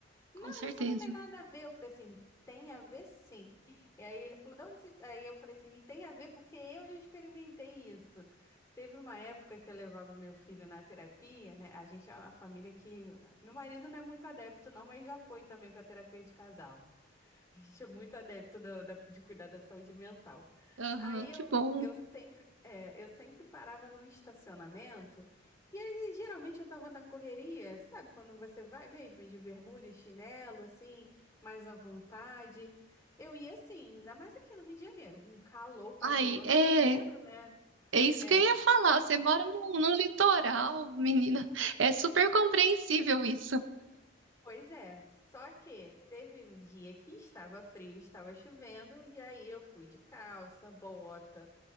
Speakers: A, on the left; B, on the right.
A: não,
B: com certeza.
A: isso não tem nada a ver. Eu falei assim, tem a ver sim. E aí ele falou, de onde você... Aí eu falei assim, tem a ver porque eu já experimentei isso. Teve uma época que eu levava o meu filho na terapia, né? A gente é uma família que. Meu marido não é muito adepto, não, mas já foi também para terapia de casal. <laughs> A gente é muito adepto da- da- de cuidar da saúde mental.
B: Aham,
A: Aí
B: que
A: eu,
B: bom.
A: eu sempre, é, eu sempre parava num estacionamento e aí, geralmente eu tava na correria, sabe? Quando você vai mesmo de bermuda e chinelo, assim, mais à vontade. Eu ia assim, ainda mais aqui no Rio de Janeiro, um calor quase
B: Ai,
A: o ano
B: é,
A: inteiro, né?
B: é isso
A: É,
B: que eu ia falar. Você mora no no litoral, menina. É super compreensível isso.
A: pois é. Só que teve um dia que estava frio, estava chovendo, e aí eu fui de calça, bota.